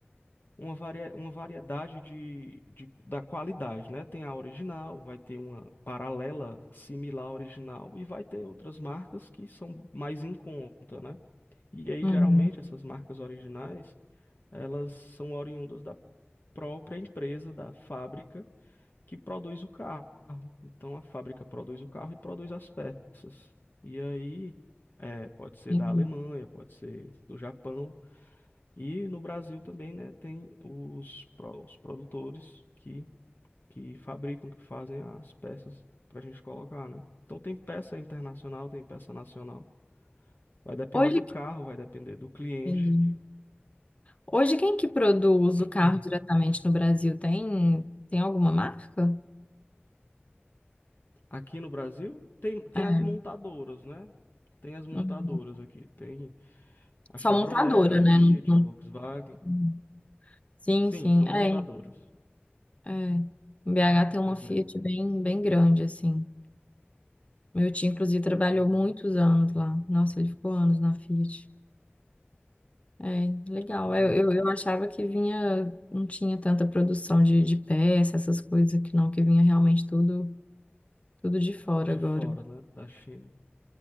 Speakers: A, on the left (about 55°); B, on the left (about 35°).
A: uma, varia, uma variedade de, de, da qualidade, né? Tem a original, vai ter uma paralela similar à original e vai ter outras marcas que são mais em conta, né? E aí,
B: Uhum.
A: geralmente, essas marcas originais, elas são oriundas da própria empresa, da fábrica que produz o carro. Então, a fábrica produz o carro e produz as peças. E aí, é, pode ser
B: Entendi.
A: da Alemanha, pode ser do Japão. E no Brasil também, né, tem os, pro- os produtores que, que fabricam, que fazem as peças para a gente colocar, né? Então tem peça internacional, tem peça nacional. Vai depender
B: Hoje,
A: do
B: que-
A: carro, vai depender do cliente.
B: entendi. Hoje quem que produz
A: <clears throat>
B: o carro diretamente no Brasil? Tem, tem alguma marca?
A: Aqui no Brasil tem, tem
B: É.
A: as montadoras, né? Tem as montadoras
B: uhum.
A: aqui. Tem a
B: Só
A: Chevrolet,
B: montadora,
A: a Fiat,
B: né? Não- não-
A: a Volkswagen.
B: uhum. Sim,
A: Sim,
B: sim.
A: são montadoras.
B: É, é. Em BH tem
A: Pois
B: uma Fiat
A: é.
B: bem, bem grande, assim. Meu tio, inclusive, trabalhou
A: Uhum.
B: muitos anos lá. Nossa, ele ficou anos na Fiat. É, legal.
A: Pois
B: Eu,
A: é.
B: eu, eu achava que vinha, não tinha tanta produção de, de peça, essas coisas que não, que vinha realmente tudo, tudo de fora
A: De
B: agora.
A: fora, né? Da China.